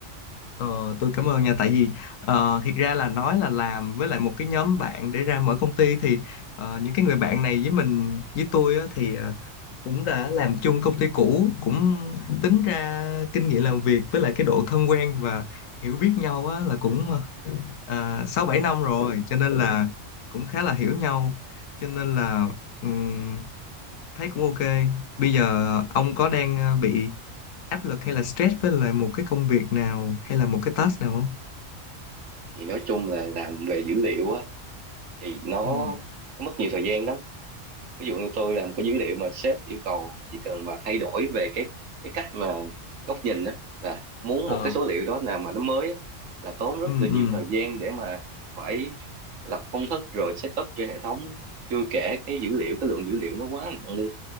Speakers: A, on the left; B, on the right.
A: ờ, tôi cảm ơn nha tại vì ờ, thiệt ra là nói là làm với lại một cái nhóm bạn để ra mở công ty thì ờ, những cái người bạn này với mình với tôi á, thì ờ, cũng đã làm chung công ty cũ cũng tính ra kinh nghiệm làm việc với lại cái độ thân quen và hiểu biết nhau á, là cũng ờ, à, 6-7 năm rồi cho nên là cũng khá là hiểu nhau cho nên là ừm, thấy cũng ok bây giờ ờ, ông có đang ờ, bị áp lực hay là stress với lại một cái công việc nào hay là một cái task nào không
B: thì nói chung là làm về dữ liệu á thì nó,
A: ừ
B: nó mất nhiều thời gian lắm ví dụ như tôi làm cái dữ liệu mà sếp yêu cầu chỉ cần mà thay đổi về cái cái cách mà góc nhìn đó là muốn
A: Ờ.
B: một cái số liệu đó nào mà nó mới á, là tốn rất
A: ừ
B: là nhiều
A: ừ
B: thời gian để mà phải lập công thức rồi set up cho hệ thống chưa kể cái dữ liệu cái lượng dữ liệu nó quá nặng đi